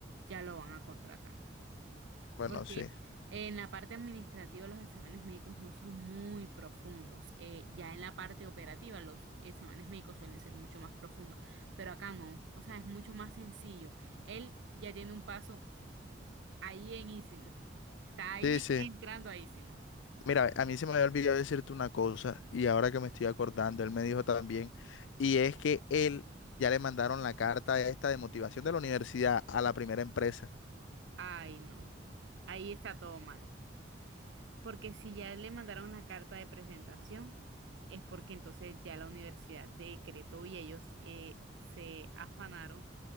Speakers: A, on the right; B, on the left.
A: ya lo van a contratar.
B: bueno,
A: Porque
B: sí.
A: en la parte administrativa los exámenes médicos no son muy profundos. Eh, ya en la parte operativa los exámenes médicos suelen ser mucho más profundos, pero acá no. O sea, es mucho más sencillo. Él ya tiene un paso ahí en ísimo. <laughs> Está ahí
B: Sí, sí.
A: entrando a ísimo.
B: Mira, a mí se me había olvidado decirte una cosa y ahora que me estoy acordando, él me dijo también, y es que él ya le mandaron la carta esta de motivación de la universidad a la primera empresa.
A: Ay, no. Ahí está todo mal. Porque si ya le mandaron la carta de presentación, es porque entonces ya la universidad decretó y ellos eh, se afanaron